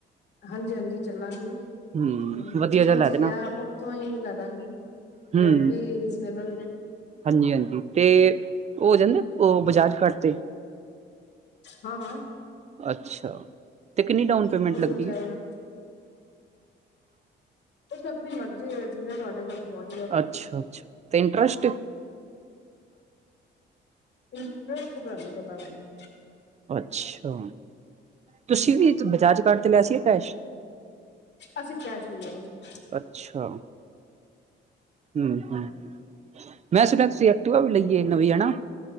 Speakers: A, on the left; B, on the right.
A: ਹਾਂਜੀ -ਹਾਂਜੀ ਚੱਲਾਂਗੇ। ਹਾਂ
B: ਹੂੰ ਵਧੀਆ
A: ਜਿੱਥੋਂ
B: ਜਿਹਾ ਲੈ
A: ਅਸੀਂ
B: ਦੇਣਾ
A: ਲਿਆ, ਉੱਥੋਂ ਹੀ ਲੈਦਾਗੀ,
B: ਹੂੰ
A: ਰੇਟ ਵੀ ਰੀਜਨੇਬਲ ਨੇ,
B: ਹਾਂਜੀ- ਹਾਂਜੀ ਤੇ ਹੋ ਜਾਂਦੇ ਉਹ ਬਜਾਜ ਕਾਰਟ ਤੇ,
A: ਹਾਂ- ਹਾਂ।
B: ਅੱਛਾ, ਤੇ ਕਿੰਨੀ ਡਾਊਨ ਪੇਮੈਂਟ
A: ਉਹ
B: ਲੱਗਦੀ
A: ਵੀ ਹੋ ਜਾਏਗਾ
B: ਐ,
A: ਤੁਸੀਂ ਆਪਣੀ ਮਰਜ਼ੀ ਹੈ ਜਿੰਨੇ ਤੁਹਾਡੇ ਕੋਲ ਹੋਣਗੇ
B: ਅੱਛਾ- ਅੱਛਾ ਤੇ ਇੰਟਰਰਸਟ
A: ਇੰਟਰਰਸਟ ਦਾ ਨਹੀਂ ਪਤਾ ਮੈਨੂੰ,
B: ਅੱਛਾ, ਤੁਸੀਂ ਵੀ ਬਜਾਜ ਕਾਰਡ ਤੇ ਲਿਆ ਸੀ ਪੈਸ਼
A: ਅਸੀਂ ਕੈਸ਼ ਹੀ ਲਿਆ ਸੀ।
B: ਅੱਛਾ। ਹਮ ਹਮ
A: ਹਾਂਜੀ
B: ਮੈਂ ਸੁਣਿਆ ਤੁਸੀਂ ਆ, ਐਕਟਿਵਾ ਵੀ ਲਈਏ ਨਵੀਂ ਹੈਨਾ,